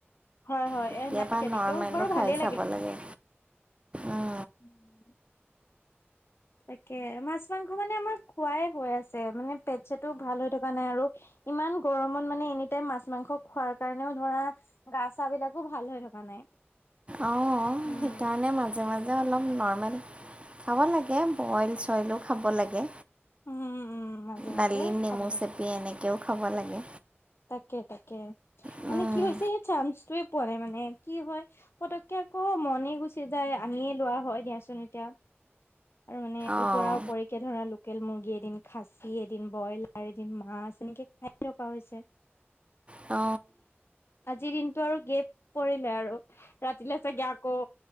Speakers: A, on the left (about 65°); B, on the right (about 25°).
A: হয় হয়
B: কেতিয়াবা
A: এ নাই তেনেকেও
B: নৰ্মেলো
A: বাৰু
B: খাই
A: ভালেই
B: চাব লাগে উম
A: উম তাকে মাছ মাংস মানে আমাৰ খোৱাই হৈ আছে মানে পেট চেট ও ভাল হৈ থকা নাই আৰু। ইমান গৰমত মানে এনি টাইম মাছ মাংস খোৱাৰ কাৰণেও ধৰা গা চাব বিলাকো ভাল হৈ থকা নাই।
B: অ',
A: উম।
B: সেইকাৰণে মাজে মাজে অলপ নৰ্মেল খাব লাগে বইল চইলো খাব লাগে।
A: উম উম মাজে
B: দালিত
A: মাজে
B: নেমু
A: খাব
B: চেপি এনেকেও খাব লাগে।
A: তাকে-তাকে।
B: উম,
A: মানে কি হৈছে সেই চান্সটোয়ে পোৱা নাই মানে কি হয় পতককে আকৌ মনে গুচি যায় আনিয়ে লোৱা হয় দিয়াচোন এতিয়া। আৰু মানে
B: অঁ,
A: ওপৰা ওপৰী কে ধৰা লোকেল মুৰ্গী এদিন খাচী এদিন ব্ৰইলাৰ এদিন মাছ এনেকৈ খাই থকা হৈছে।
B: অ
A: আজিৰ দিনটো আৰু গেপ পৰিলে আৰু ৰাতিলৈ চাগে আকৌ